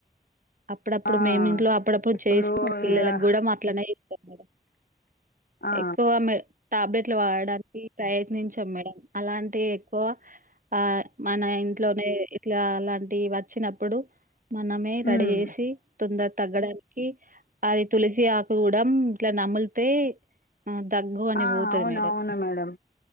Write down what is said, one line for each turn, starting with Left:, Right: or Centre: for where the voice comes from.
Right: అప్పుడప్పుడు
Left: ఆ
Right: మేమ్ ఇంట్లో అప్పుడప్పుడు
Left: ఇప్పుడు
Right: చేసి మా పిల్లలకి
Left: ఆ
Right: కూడా మా అట్లనే ఇస్తాం మేడం
Left: ఆ
Right: ఎక్కువ మ టాబ్లెట్లు వాడడానికి ప్రయత్నింఛం మేడం అలాంటి అంటే ఎక్కువ ఆ మన ఇంట్లోనే ఇట్లా అలాంటి వచ్చినప్పుడు మనమే
Left: హ్మ్
Right: రెడీ చేసి తొందర తగ్గడానికి అది తులసి ఆకు కూడా ఇట్లా నమిలితే ఆ దగ్గు అని
Left: ఆ
Right: పోతది
Left: అవును
Right: మేడం
Left: అవును మేడం